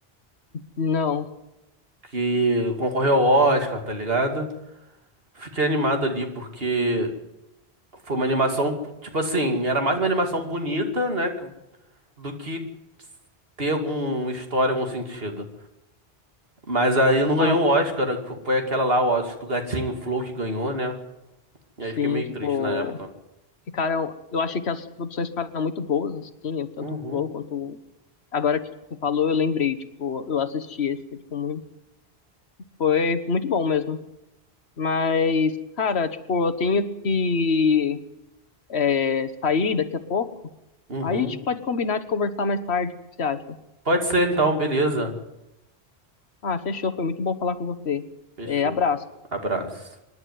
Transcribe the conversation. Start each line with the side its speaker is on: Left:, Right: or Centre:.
Left: Não.
Right: Que concorreu ao Oscar, tá ligado? Fiquei animado ali porque foi uma animação, tipo assim, era mais uma animação bonita, né, que- do que ter alguma história, algum sentido. Mas aí não ganhou
Left: Ah,
Right: o Oscar, foi aquela lá, o Oscar do gatinho Flow que ganhou, né? E aí fiquei
Left: sim,
Right: meio
Left: tipo,
Right: triste na época.
Left: ficaram. Eu achei que as produções ficaram muito boas, assim, tanto
Right: Uhum,
Left: o Flow quanto. o- Agora que você falou, eu lembrei, tipo, eu assisti esse, foi, tipo, muito, foi muito bom mesmo. Mas, cara, tipo, eu tenho que é, sair daqui a pouco.
Right: uhum.
Left: Aí a gente pode combinar de conversar mais tarde, o que você acha?
Right: Pode ser então, beleza.
Left: Ah, fechou. Foi muito bom falar com você.
Right: Fechou.
Left: É, abraço.
Right: Abraço.